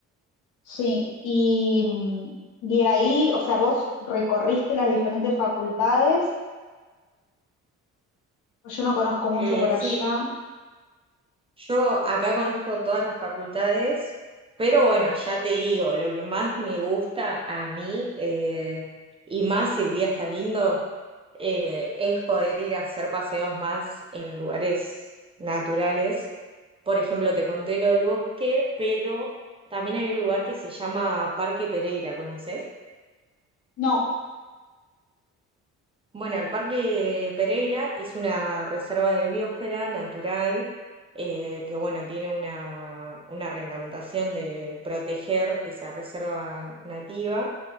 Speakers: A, on the left; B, on the right.
A: Sí, y, mm, y ahí, o sea, vos recorriste las diferentes facultades, Pues yo no conozco mucho
B: Eh,
A: por allá.
B: sí, yo acá conozco todas las facultades, pero bueno, ya te digo, lo que más me gusta a mí, eh, y más si el día está lindo, eh, es poder ir a hacer paseos más en lugares naturales. Por ejemplo, te conté lo del bosque, pero también hay un lugar que se llama Parque Pereira, ¿conoces?
A: No,
B: Bueno, el Parque Pereira es una reserva de biosfera natural eh, que, bueno, tiene una, una reglamentación de proteger esa reserva nativa.